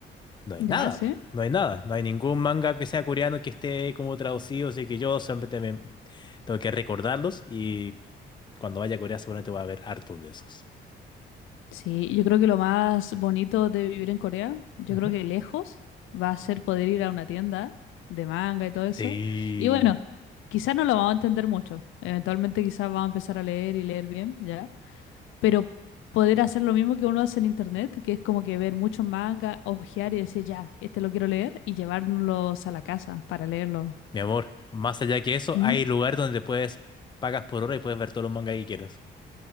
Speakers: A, on the left; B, on the left.
A: No hay
B: ya
A: nada,
B: sé,
A: po. No hay nada. No hay ningún manga que sea coreano que esté como traducido, así que yo siempre te- me- tengo que recordarlos y cuando vaya a Corea seguramente voy a ver hartos de esos.
B: Sí, yo creo que lo más bonito de vivir en Corea, yo
A: Ujú.
B: creo que lejos va a ser poder ir a una tienda de manga y todo eso.
A: Sí,
B: Y bueno, quizás no lo vamos a entender mucho. Eventualmente quizás vamos a empezar a leer y leer bien, ¿ya? Pero poder hacer lo mismo que uno hace en internet, que es como que ver muchos mangas, hojear y decir, ya, este lo quiero leer y llevárnoslos a la casa para leerlo.
A: mi amor, más allá que eso,
B: ¿Mm?
A: hay lugar donde puedes, pagas por hora y puedes ver todos los mangas que quieras.